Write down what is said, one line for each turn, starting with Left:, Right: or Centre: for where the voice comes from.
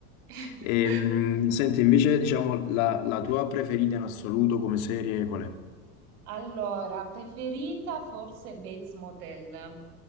Right: riuscendo.
Left: Ehm,
Right: <laughs>
Left: senti, invece, diciamo, la, la tua preferita in assoluto come serie qual è?
Right: Allora, preferita forse Bates Motel. Non